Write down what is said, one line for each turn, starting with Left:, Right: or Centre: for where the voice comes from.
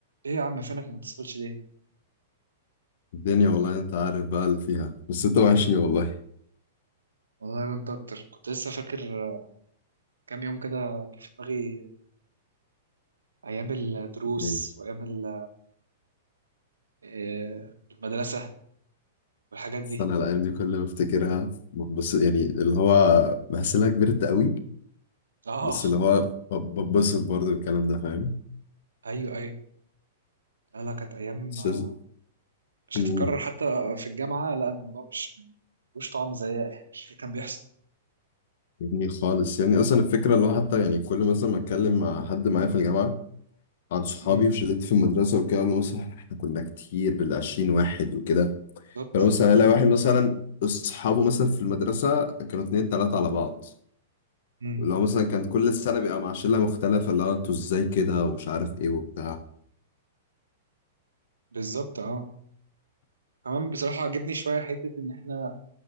Right: ايه يا عم فينك ما بتسألش ليه؟
Left: الدنيا والله انت عارف بقى اللي فيها بس انت وحشني والله
Right: والله وانت اكتر كنت لسه فاكر آه، كام يوم كده جه في دماغي ايام الدروس
Left: يعني
Right: وايام ال- آه، المدرسة والحاجات دي
Left: بس انا الايام دي كل ما افتكرها بس يعني اللي هو بحس ان انا كبرت قوي
Right: <laughs> اه
Left: بس اللي هو ب- بتبسط برضه بالكلام ده فاهم
Right: ايوه ايوه لا لا كانت ايام
Left: بس
Right: آه، مش
Left: مم.
Right: هتتكرر حتى في الجامعة لا الموضوع مش ملوش طعم زي <laughs> اللي كان بيحصل
Left: يعني خالص يعني اصلا الفكره اللي هو حتى يعني كل مثلا ما اتكلم مع حد معايا في الجامعه عن صحابي
Right: امم
Left: وشلتي في المدرسه وكده اقول له مثلا احنا كنا كتير بالعشرين واحد وكده
Right: بالظبط
Left: فانا مثلا الاقي واحد مثلا اصحابه مثلا في المدرسه كانوا اتنين تلاته على بعض
Right: امم
Left: لو مثلا كان كل السنة بيبقى مع شلة مختلفة اللي هو انتوا ازاي كده ومش عارف ايه وبتاع
Right: بالظبط اه كمان بصراحة عجبني شوية حتة ان احنا